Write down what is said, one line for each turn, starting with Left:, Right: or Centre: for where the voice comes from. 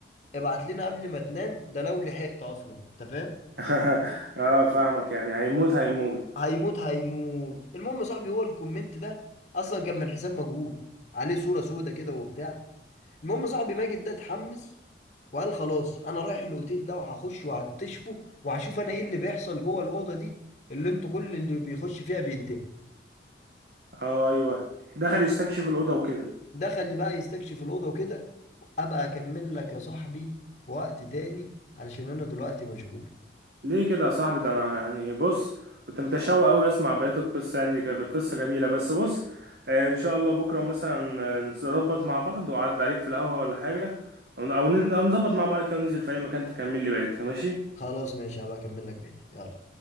Left: ابعت لنا قبل ما تنام ده لو لحقت اصلا انت فاهم
Right: <laughs> اه فاهمك يعني هيموت هيموت
Left: هيموت هيموت المهم يا صاحبي هو الكومنت ده اصلا كان من حساب مجهول عليه صورة سودة كده وبتاع المهم يا صاحبي ماجد ده اتحمس وقال خلاص انا رايح الاوتيل ده وهخش وهكتشفه وهشوف انا ايه اللي بيحصل جوه الاوضه دي اللي انتوا كل اللي بيخش فيها بينتهي
Right: اه ايوه دخل يستكشف الاوضه وكده
Left: دخل لي بقى يستكشف الاوضه وكده ابقى اكمل لك يا صاحبي في وقت تاني علشان انا دلوقتي مشغول
Right: ليه كده يا صاحبي ده انا يعني بص كنت متشوق قوي اسمع بقيه القصه يعني كانت القصه جميله بس بص آه، ان شاء الله بكره مثلا آه، نظبط مع بعض وعد عليك في القهوه ولا حاجه او أو نن- أو نظبط مع بعض كده وننزل في اي مكان تكمل لي بقيتها ماشي
Left: خلاص ماشي هبقى اكمل لك بيت يلا